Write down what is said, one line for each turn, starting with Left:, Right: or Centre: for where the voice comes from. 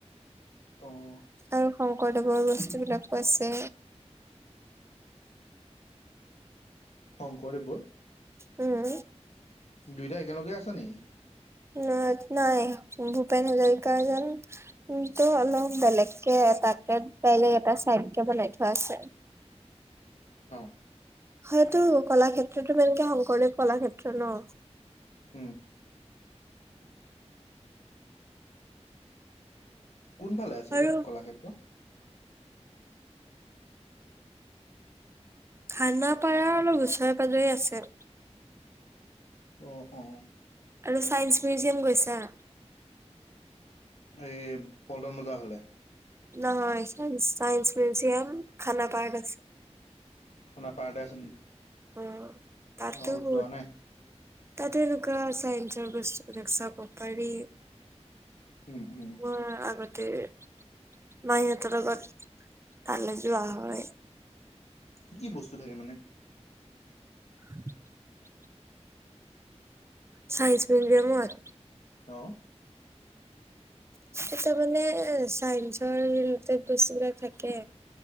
Left: অ',
Right: আৰু শংকৰদেৱৰ বস্তু বিলাকো আছে।
Left: শংকৰদেৱৰ।
Right: উম
Left: দুইটা একেলগে আছে নি?
Right: অ নাই ভূপেন হাজৰিকা যেন- কিন্তু অলপ বেলেগ কে তাকে বেলেগ এটা চাইড কে বনাই থোৱা আছে।
Left: অ
Right: হয়টো কলাক্ষেত্ৰতো একে শংকৰদেৱ কলাক্ষেত্ৰ ন।
Left: উম কোনফালে আছে
Right: আৰু
Left: টো কলাক্ষেত্ৰ।
Right: খানাপাৰা অলপ ওচৰে পাজৰে আছে।
Left: অ অঁ
Right: আৰু ছাইন্স মিউজিয়াম গৈছা।
Left: এই পল্টন বজাৰ ফালে।
Right: নহয় চাইন্স মিউজিয়াম খানাপাৰাত আছে।
Left: খানাপাৰতে আছে নি।
Right: অ তাতটো
Left: অ',
Right: বহুত।
Left: যোৱা নাই।
Right: তাতে এনেকুৱা চাইঞ্চৰ বস্তু বিলাক চাব পাৰি।
Left: উম উম
Right: ক আগতে- মাহীহঁতৰ লগত তালৈ যোৱা হয়।
Left: কি কি বস্তু থাকে মানে?
Right: উ <unintelligible> চাইঞ্জ মিউজিয়ামত।
Left: অঁ
Right: এটা মানে চাইন্সৰ ৰিলেটেড বস্তু বিলাক থাকে।